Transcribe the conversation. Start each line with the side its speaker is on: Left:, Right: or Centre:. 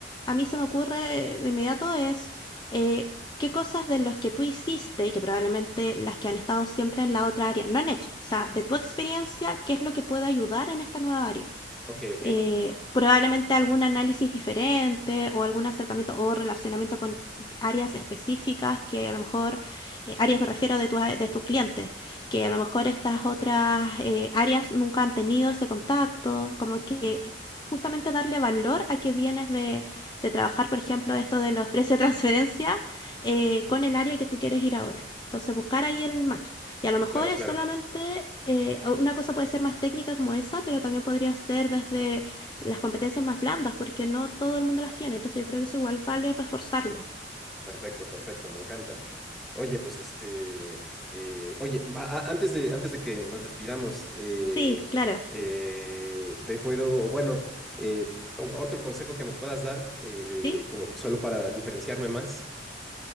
Left: a mí se me ocurre de inmediato, es eh, qué cosas de los que tú hiciste y que probablemente las que han estado siempre en la otra área no han hecho. O sea, de tu experiencia, ¿qué es lo que puede ayudar en esta nueva área?
Centre: Ok, ok.
Left: eh, probablemente algún análisis diferente o algún acercamiento o relacionamiento con áreas específicas que a lo mejor, eh, áreas me refiero de, tu- de tus clientes, que a lo mejor estas otras eh, áreas nunca han tenido ese contacto, como que justamente darle valor a que vienes de, de trabajar, por ejemplo, esto de los precios de <laughs> transferencia eh, con el área que tú quieres ir ahora. Entonces, buscar ahí el match. Y a lo mejor
Centre: Claro,
Left: es
Centre: claro.
Left: solamente, eh, o- una cosa puede ser más técnica como esa, pero también podría ser desde las competencias más blandas, porque no todo el mundo las tiene. Entonces yo creo que eso igual vale reforzarlo.
Centre: Perfecto, perfecto. Me encanta. Oye, pues este, eh, oye, a- a- antes de, antes de que nos despidamos, eh,
Left: Sí, claro,
Centre: eh, te puedo, o bueno, eh, o- otro consejo que me puedas dar, eh, de,
Left: sí.
Centre: como solo para diferenciar diferenciarme más.